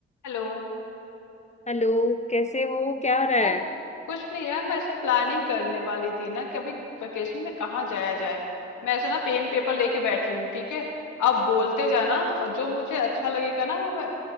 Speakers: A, on the left (about 75°); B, on the left (about 25°).
A: हेलो
B: Hello कैसे हो क्या हो रहा है
A: मैं कुछ नहीं यार मैं ऐसे प्लानिंग करने वाली थी ना कि अभी वेकेशन में कहाँ जाया जाए मैं ऐसे ना पेन पेपर लेके बैठी हूँ ठीक है आप बोलते जाना और जो मुझे अच्छा लगेगा ना वो मैं